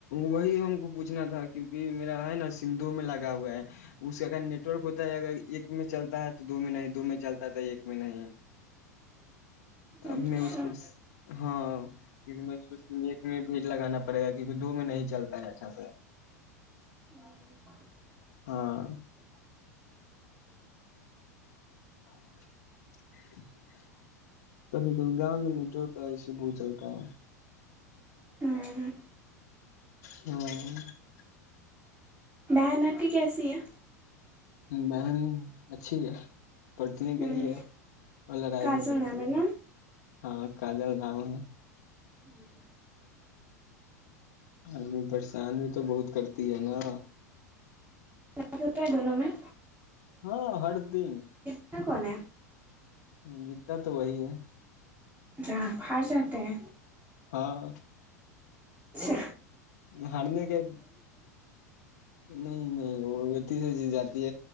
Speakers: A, on the left (about 65°); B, on the right (about 15°).
A: وہی ہم کو پوچھنا تھا کیونکہ میرا ہے نا سم دو میں لگا ہوا ہے اس کا اگر نیٹورک ہوتا ہے اگر ایک میں چلتا ہے تو دو میں نہیں دو میں چلتا تھا ایک میں نہیں اب
B: اچھا
A: میں اس کو ہاں <unintelligible> ایک میں بھی لگانا پڑے گا کیکہ دو میں نہیں چلتا ہے اچھا سے
B: ہوں
A: ہاں
B: <inaudible>
A: <inaudible> <unintelligible> کبھی کبھی گاؤں میں نہیںٹتا ایسے ب چلتاا ہے
B: ہوں ہ
A: ہوں
B: بہن آ کی کیسی ہے
A: بہن اچھی ہے پڑچنی
B: ہوں
A: گئی ہے اور لڑائی
B: کاجل
A: بھی کرتی
B: نام نا
A: ہے ہاں کاجل نام ہے
B: ہوں <inaudible>
A: آدمی پریشان بھی تو بہت کرتی ہے نا
B: ج ہوتا ہے دونوں میں
A: ہاں ہڈ تین
B: کیا کون
A: جتا تو وہی ہے
B: ج پر جات ہیں
A: ہاں
B: ج
A: ہارنے کے نہیں نہیں وہتی ج جات